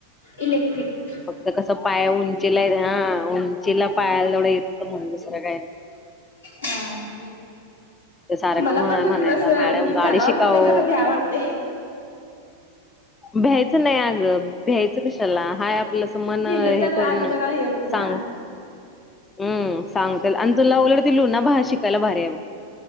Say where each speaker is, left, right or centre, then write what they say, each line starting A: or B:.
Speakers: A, on the left; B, on the left.
A: इलेक्ट्रिक
B: फक्त कसं पाया उंचीला येत हा उंचीला पायाला जवढं येत म्हण दुसरं काय
A: हा
B: ते सारखं
A: मला
B: म्ह
A: पण
B: म्हणायचा
A: अस
B: मॅडम
A: मी
B: गाडी
A: चालवा
B: शिका
A: म्हणते
B: ओ.
A: खरं भ्या वाटते.
B: भ्यायचं नाही अगं भ्यायचं कशाला हा आपलंस मन
A: भिलं
B: हे
A: तर आणि
B: करून
A: जरा हे होते ना
B: सांग. हम्म सांगते आणि तुला उलट ति लुना शिकायला भारी आहे बघ